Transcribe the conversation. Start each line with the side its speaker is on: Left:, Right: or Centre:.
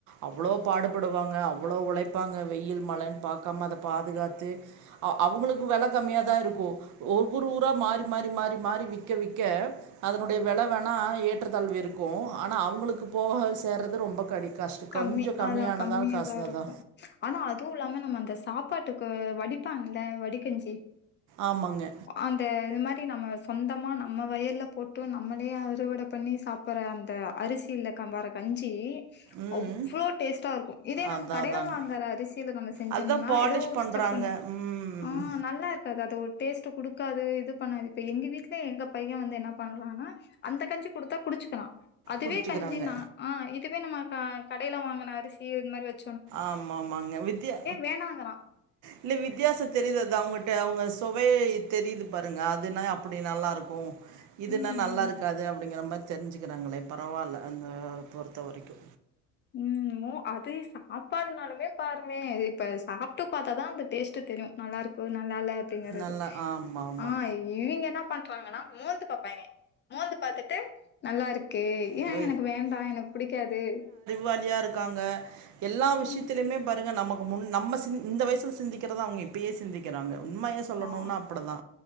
Right: அவ்ளோ பாடுபடுவாங்க அவ்வுளோ உழைப்பாங்க வெயில் மழன் பாக்காம அத பாதுகாத்து அவ் அவுங்களுக்கு வெல கம்மியாதா இருக்கு ஒவ்வொரு ஊரா மாறி மாறி மாறி மாறி விக்க விக்க அதனுடைய வெல வேணா ஏற்றதாழ்வு இருக்கு ஆனா அவுங்களுக்கு போக சேர்றது ரொம்ப கடி கஷ்ட
Left: கம்மி
Right: கொஞ்சம் கம்மியானதா
Left: அதா கம்மியாதா
Right: காசு
Left: இருக்கு
Right: அதா
Left: ஆனா அது இல்லாம நம்ம அந்தஸ் சாப்பாட்டுக்கு வடிப்பாங்குல வடிக்கஞ்சி
Right: ஆமாங்க
Left: அந்த இது மார் தி நம்ம சொந்தமா நம்ம வயல்ல போட்டு நம்மளே அறுவட பண்ணி சாப்புற அந்த அரிசில கம்பாற கஞ்சி
Right: ம்
Left: அவ்ளோ டேஸ்ட்டா இருக்கு இதே
Right: அதா
Left: நம்ம கடைல
Right: அதாங்க
Left: வாங்கற அரிசில நம்ம செஞ்சம்முனா
Right: அதுதா பாலிஷ்
Left: எதோ
Right: பண்றாங்க
Left: ஸ்சப்புண்ணு
Right: ம்
Left: ஆஹ் நல்லா இருக்காது அ தோர் டேஸ்ட்ட குடு இருக்காது இது பண்ணாது இப்ப எங்க வீட்ல எங்க பை யா வந்து என்ன பண்றானா அந்த கஞ்சி குடுத்தா குடிச்சுக்குறா அதுவே
Right: குடிச்சுக்கிறாங்க
Left: கஞ்சி நா ஆஹ் இர் க்கு வேணுமாக்கா கடைல வாங்குன அரிசி இந் மார் வச்
Right: ஆமா ஆமாங்க வித்யா
Left: வேணாங்கறான்.
Right: இல்ல வித்யாசோ தெரியுது அது அவுங் கிட்ட அவ்ங்க சுவையே தெரியுது பாருங்க அதுனா அப்டி நல்லா இருக்கு இதுன்னா
Left: ம்
Right: நல்லாருக்காது
Left: ம்
Right: அப்டிங்கற மா தெரிஞ்சுக்கிறாங்களே பரவால்ல அந்த பொறுத்த வரைக்கு
Left: உம் மோ அதே சாப்பாடுனாலுமே பாருங்க இப்ப சாப்ட்டு பாத்தா தா அந்த டேஸ்ட்டு தெரியு நல்லா இருக்கோ ந நல்லா இல்ல அப்டிங்கறது
Right: நல்லா ஆமா ஆமா
Left: ஆ இவிங்கெல்லா ஓங்கேங்களா மோந்து பாப்பாங்க மோந்து பாத்துட்டு நல்லா இருக்கே ஏ
Right: ஐயோ
Left: எனக்கு வேண்டா எனக் பிடிக்காது
Right: வாலியா இருக்காங்க எல்லா விஷ்யத்திலைமே
Left: ம்.
Right: பாருங் எ நமக்கு முன் நம்ம சிந் இந்த வயசுல சிந்திக்கிறத அவ்ங்க இப்பயே சிந்திக்கிறாங்க உண்மைய சொல்லணும்னா
Left: ஆ
Right: அப்டி தா